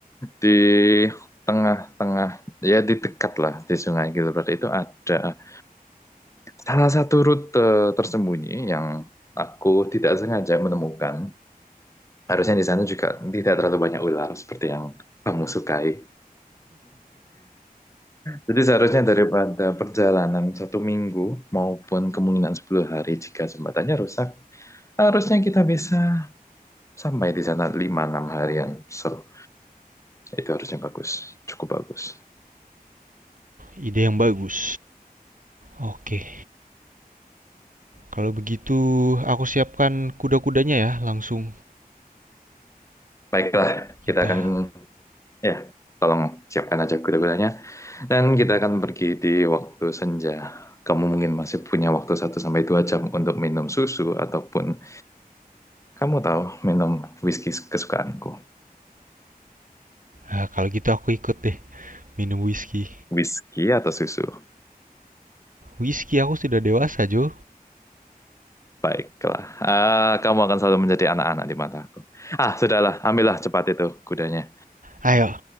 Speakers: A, on the left; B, on the right.
A: di tengah-tengah ya di dekat lah di Sungai Gilbrar itu ada salah satu rute tersembunyi yang aku tidak sengaja menemukan. Harusnya di sana juga tidak terlalu banyak ular seperti yang kamu sukai. Jadi seharusnya daripada perjalanan satu minggu maupun kemungkinan 10 hari jika jembatannya rusak, Harusnya kita bisa sampai di sana 5 enam harian. So, itu harusnya bagus. Cukup bagus.
B: Ide yang bagus. Oke. Kalau begitu, aku siapkan kuda-kudanya ya, langsung
A: Baiklah,
B: kita.
A: kita akan ya tolong siapkan aja kuda-kudanya. Dan kita akan pergi di waktu senja. Kamu mungkin masih punya waktu satu sampai dua jam untuk minum susu ataupun kamu tahu minum whisky kesukaanku.
B: Ah, kalau gitu aku ikut deh, minum whisky.
A: Whisky atau susu?
B: Whisky aku sudah dewasa, Jo.
A: Baiklah. Ah, kamu akan selalu menjadi anak-anak di mataku. Ah, sudahlah. Ambillah cepat itu kudanya.
B: Ayo,